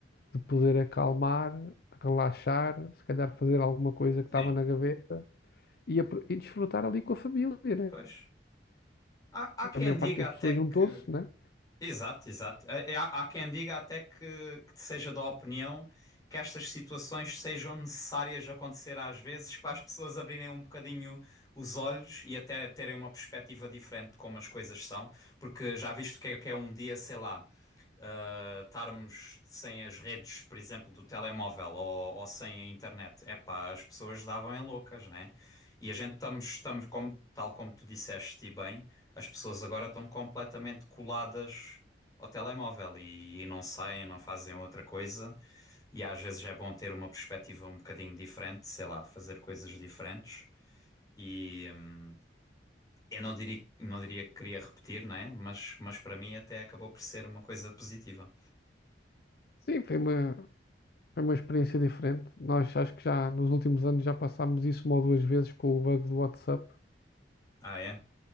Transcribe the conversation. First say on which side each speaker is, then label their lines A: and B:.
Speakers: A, on the left (about 55°); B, on the left (about 20°).
A: de poder acalmar, relaxar, se calhar fazer alguma coisa que
B: sim.
A: estava na gaveta e, apro- e desfrutar ali com a família, né?
B: Pois. Há, há quem
A: A maior
B: diga
A: parte das
B: até
A: pessoas
B: que
A: juntou-se, né?
B: Exato, exato. É- é- Há, há quem diga até que, que seja da opinião que estas situações sejam necessárias acontecer às vezes para as pessoas abrirem um bocadinho os olhos e até terem uma perspectiva diferente de como as coisas são, porque já viste o que é, que é um dia, sei lá uh, estarmos sem as redes, por exemplo, do telemóvel ou, ou sem a internet, é pá, as pessoas davam em loucas, né? E a gente estamos, estamos como, tal como tu disseste e bem, as pessoas agora estão completamente coladas ao telemóvel e, e não saem, não fazem outra coisa. E às vezes é bom ter uma perspectiva um bocadinho diferente, sei lá, fazer coisas diferentes. E hum, eu não diria, não diria que queria repetir, né? Mas, mas para mim até acabou por ser uma coisa positiva.
A: Sim, foi uma, foi uma experiência diferente. Nós acho que já nos últimos anos já passámos isso uma ou duas vezes com o bug do WhatsApp.
B: Ah, é?